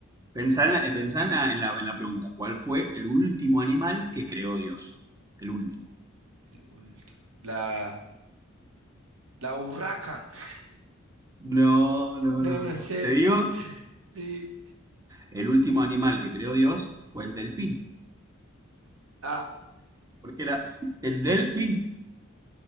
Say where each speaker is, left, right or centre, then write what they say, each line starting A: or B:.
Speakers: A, on the right; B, on the right.
A: Pensá en
B: al-
A: la,
B: el,
A: eh, pensá en la- en la- en la pregunta. ¿Cuál fue el último animal que creó Dios? El último.
B: el último. La, la urraca. <laughs>
A: No, no,
B: No,
A: no,
B: no
A: no.
B: sé.
A: Te digo,
B: Sí.
A: el último animal que creó Dios fue el delfín.
B: Ah.
A: Porque era <laughs> el delfín.